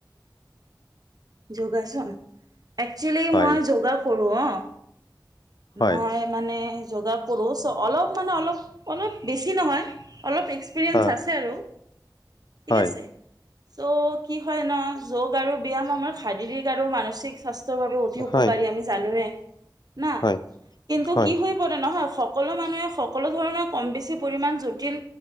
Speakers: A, on the right; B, on the left.
A: <inaudible> যোগাচোন? একচুৱেলি
B: হয়
A: মই যোগা কৰোঁ অ।
B: হয়
A: মই মানে যোগা কৰোঁ চ' অলপ মানে অলপ, অলপ বেছি নহয়। অলপ এক্সপিৰিয়েঞ্চ
B: হা
A: আছে আৰু ঠিক
B: হয়
A: আছে, চ' কি হয় ন যোগ আৰু ব্যায়াম আমাৰ শাৰীৰিক আৰু মানসিক স্বাস্থ্যৰ বাবে অতি উপকাৰী
B: হয়
A: আমি জানোৱে। নাহ,
B: হয়
A: কিন্তু
B: হয়
A: কি হৈ পৰে নহ সকলো মানুহে সকলো ধৰণে কম বেছি পৰিমাণ জটিল